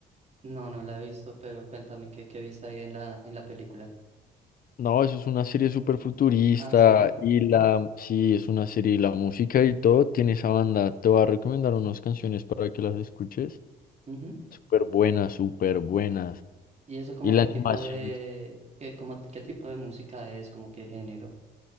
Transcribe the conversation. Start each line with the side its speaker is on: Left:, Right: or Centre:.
Right: No, no la he visto, pero cuéntame qué, qué viste ahí en la, en la película.
Left: No, eso es una serie súper futurista
Right: Ah, ¿serie?
Left: y la, sí, es una serie y la música y todo, tiene esa banda, te voy a recomendar unas canciones para que las escuches,
Right: Ujú.
Left: súper buenas, súper buenas,
Right: ¿Y eso como
Left: y la
Right: qué
Left: animación.
Right: tipo de qué, como, qué tipo de música es, como qué género?